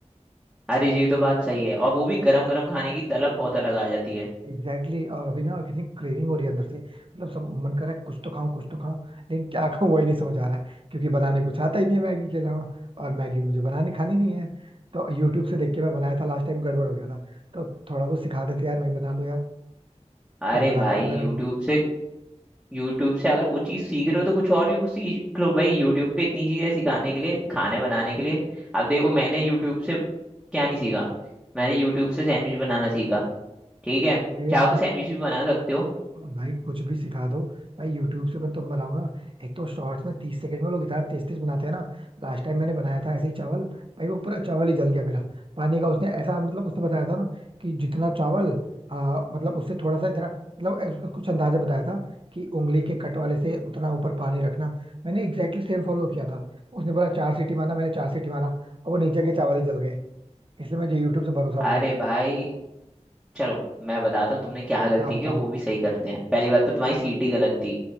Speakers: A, in the centre; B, on the right.
A: अरे ये तो बात सही है और वो भी गरम गरम खाने की तलब बहुत अलग आ जाती है
B: एग्जैक्टली exactly, और अभी ना कितनी क्रेविंग हो रही है अंदर से मतलब सब मन कर रहा है कुछ तो खाऊं कुछ तो खाऊं लेकिन क्या खाऊं वही नहीं समझ आ रहा है क्योंकि बनाने कुछ आता ही नहीं है मैगी के अलावा और मैगी मुझे बनानी खानी नहीं है तो यूट्यूब से देख के मैं बनाया था लास्ट टाइम गड़बड़ हो गया था तो थोड़ा कुछ सिखा देते यार मैं बना लूं यार
A: अरे
B: कुछ भला
A: भाई
B: कर दो मेरा
A: यूट्यूब
B: भी
A: से यूट्यूब से अगर वो चीज़ सीख रहे हो तो कुछ और भी वो सीख लो भाई यूट्यूब पे इतनी चीज़ें सिखाने के लिए खाने बनाने के लिए अब देखो मैंने यूट्यूब से क्या नहीं सीखा मैंने यूट्यूब से सैंडविच बनाना सीखा ठीक है
B: अरे
A: चाहो तो
B: मैं
A: सैंडविच भी बना सकते हो
B: भाई कुछ भी सिखा दो भाई यूट्यूब से मैं तुम बनाऊंगा एक तो शॉर्ट्स में तीस सेकंड में लोग इतना तेज तेज बनाते हैं ना लास्ट टाइम मैंने बनाया था ऐसे ही चावल भाई वो पूरा चावल ही जल गया मेरा पानी का उसने ऐसा मतलब उसने बताया था ना कि जितना चावल आ, मतलब उससे थोड़ा सा इतना मतलब ऐस- कुछ अंदाजा बताया था कि उंगली के कट वाले से उतना ऊपर पानी रखना मैंने एग्जैक्टली सेम फॉलो किया था उसने बोला चार सीटी मारना मैंने चार सीटी मारा अब वो नीचे के चावल ही जल गए इसलिए मुझे यूट्यूब से भरोसा उठ
A: अरे
B: गया भाई
A: भाई चलो मैं बताता हूँ तुमने क्या गलती
B: हाँ बताओ
A: की और वो भी सही करते हैं पहली बात तो तुम्हारी सीटी गलत थी